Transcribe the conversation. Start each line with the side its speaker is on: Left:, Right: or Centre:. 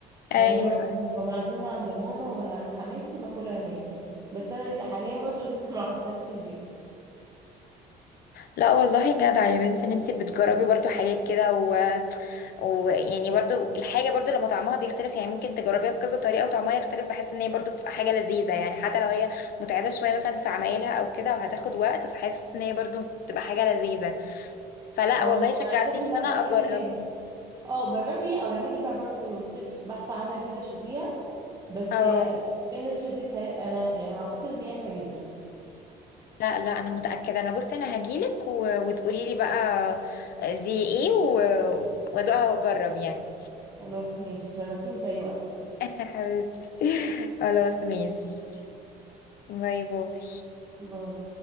Left: ايوه
Right: يعني ب- لما ببقى معزومة عند ماما ولا عند حماتي باكلها هناك بس انا ليه حاليا برضو لسه <laughs> ما عملتهاش في البيت
Left: لا والله جدع يا بنت ان انت بتجربي برضو حاجات كده و... ويعني برضو الحاجه برضو لما طعمها بيختلف يعني ممكن تجربيها بكذا طريقه وطعمها يختلف بحس ان هي برضو بتبقى حاجه لذيذه يعني حتى لو هي متعبه شويه مثلا في عمايلها او كده وهتاخد وقت فحس ان هي برضو بتبقى حاجه لذيذه فلا
Right: اه
Left: والله شجعتيني
Right: أنا عايزاكي لا
Left: ان انا
Right: اعملي
Left: اجرب
Right: اه جربي او اعملي بقى برضو سيرش بحث عنها كده شوفيها بس
Left: اه
Right: هي كان الشديد انا يعني اعتقد ان هي تعجبك
Left: لا لا انا متاكده انا بصي انا هجيلك و... وتقولي لي بقى دي ايه و... وادوقها واجرب يعني
Right: خلاص ماشي تشرفيني في اي وقت
Left: <laughs> حبيبتي خلاص ماشي باي باي
Right: باي